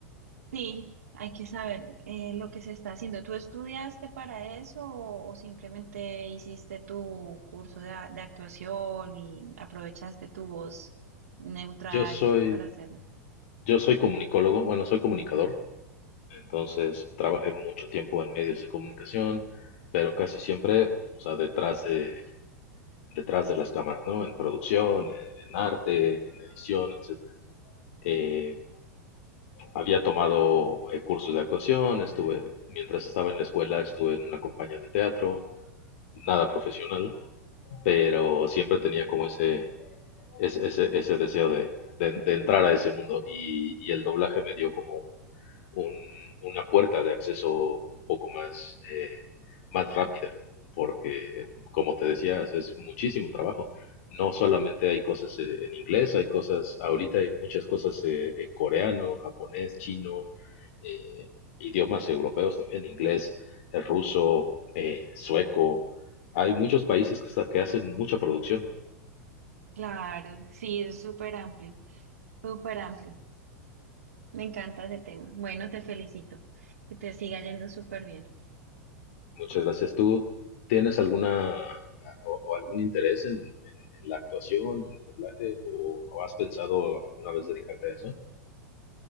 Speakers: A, on the right; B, on the left.
A: Sí, hay que saber eh, lo que se está haciendo. ¿Tú estudiaste para eso o, o simplemente hiciste tu curso de, a- de actuación y aprovechaste tu voz neutral
B: Yo soy,
A: para hacerlo?
B: yo soy comunicólogo, bueno, soy comunicador, entonces trabajé mucho tiempo en medios de comunicación, pero casi siempre, o sea, detrás de, detrás de las cámaras, ¿no? En producción, en arte, en edición, etcétera. Eh, Había tomado eh, cursos de actuación, estuve, mientras estaba en la escuela, estuve en una compañía de teatro, nada profesional, pero siempre tenía como ese, ese, ese, ese deseo de, de, de, entrar a ese mundo y, y el doblaje me dio como un, una puerta de acceso un poco más, eh, más rápida, porque como te decías, es muchísimo trabajo. No solamente hay cosas eh, en inglés, hay cosas, ahorita hay muchas cosas eh, en coreano, japonés, chino, eh, idiomas europeos también, inglés, eh, ruso, eh, sueco. Hay muchos países que, hasta que hacen mucha producción.
A: Claro, sí, es súper amplio, súper amplio. Me encanta ese tema. Bueno, te felicito, que te siga yendo súper bien.
B: Muchas gracias. ¿Tú tienes alguna o, o algún interés en, en- en la actuación o en el doblaje o, o has pensado alguna vez dedicarte a eso?